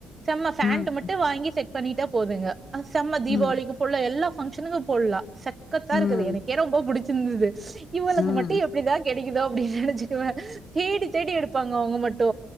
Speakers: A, on the right; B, on the left.
A: செம்ம ஃபாண்ட்
B: ம்,
A: மட்டு வாங்கி செட் பண்ணிட்டா போதுங்க அ செம்ம தீபாவளிக்கு
B: ம்,
A: போடலா எல்லா ஃபங்க்ஷனுக்கு போடலா செக்கத்தா
B: ம்,
A: இருக்குது எனக்கே ரொம்ப புடிச்சிருந்தது இவளுக்கு
B: ம்,
A: மட்டு எப்டிதா கெடைக்கிதோ அப்டி நெனச்சுக்குவே தேடி தேடி எடு அவங்க மட்டு